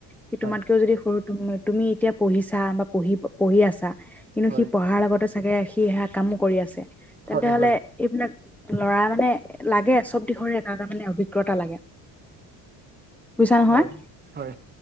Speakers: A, in the centre; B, on the right.
A: সি
B: হয়
A: তোমাতকেও যদি সৰু তম তুমি এতিয়া পঢ়িছা বা পঢ়ি পঢ়ি আছা কিন্তু
B: হয়
A: সি পঢ়াৰ লগতে চাগে সি সেইয়াত কামো কৰি আছে, তেন্তে
B: হয়
A: হলে
B: হয়
A: এইবিলাক ল'ৰা মানে লাগে চব দিশৰে এটা এটা মানে অভিজ্ঞতা লাগে। বুইছা নহয়?
B: হয় হয়